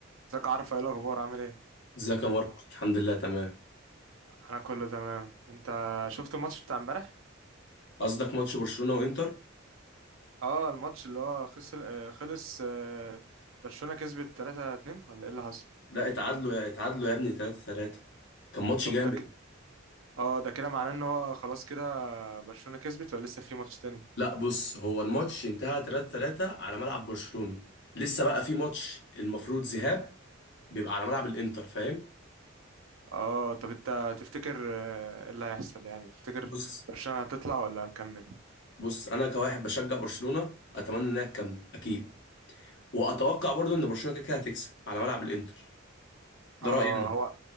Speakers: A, on the right; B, on the left.
A: ازيك عارف ايه الاخبار عامل ايه
B: ازيك يا ماركو الحمد لله تمام
A: انا كله تمام انت شفت الماتش بتاع امبارح
B: قصدك ماتش برشلونة وانتر
A: اه الماتش اللي هو خسر آه، خلص آه، برشلونة كسبت 3-2 ولا ايه اللي حصل
B: لا اتعادلوا يا اتعادلوا يا ابني 3 3 كان ماتش
A: طب
B: جامد
A: وده ك... اه ده كده معناه ان هو خلاص كده برشلونة كسبت ولا لسه في ماتش تاني
B: لا بص هو الماتش انتهى 3 3 على ملعب برشلونة لسه بقى في ماتش المفروض ذهاب بيبقى على ملعب الانتر فاهم
A: اه طب انت تفتكر آه، ايه اللي هيحصل يعني تفتكر
B: بص
A: برشلونة هتطلع ولا هتكمل
B: بص انا كواحد بشجع برشلونة اتمنى انها تكمل اكيد واتوقع برضو ان برشلونة كده كده هتكسب على ملعب الانتر ده
A: اه
B: رأيي انا
A: هو